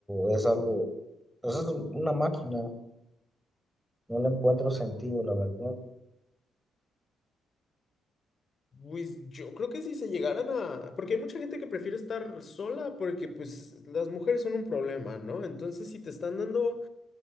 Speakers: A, in the centre; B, on the left.
A: o es algo, pues es una máquina, no le encuentro sentido, la verdad.
B: Pues yo creo que si se llegaran a, porque hay mucha gente que prefiere estar sola porque pues las mujeres son un problema, ¿no? Entonces si te están dando